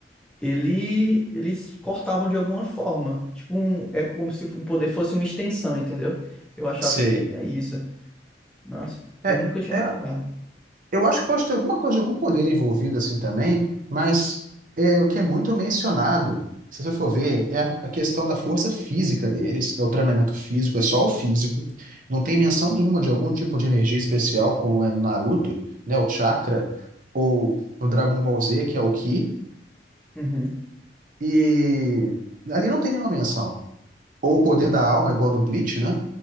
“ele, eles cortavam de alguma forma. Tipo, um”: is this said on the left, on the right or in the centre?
Centre